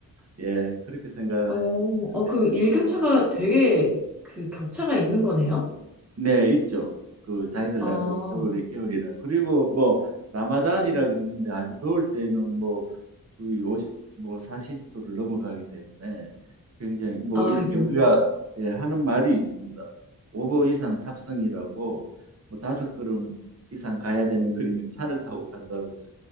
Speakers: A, on the right; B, in the centre.
A: 예, 그렇게 생각하시면
B: 어, 어,
A: 될
B: 그럼
A: 것
B: 일교차가
A: 같고
B: 되게 그 격차가 있는 거네요?
A: 네, 있죠. 그 자기들
B: 아,
A: 나름대로 겨울이 겨울이라. 그리고 뭐 라마단이라 그러는데 아주 더울 때는 뭐 거의 오십 뭐 40도를 넘어가기 때문에 굉장히 뭐
B: 아이고.
A: 이렇게 우리가 예, 하는 말이 있습니다. 오보 이상 탑승이라고 뭐 다섯 걸음 이상 가야 되는 거리면 차를 타고 간다고 저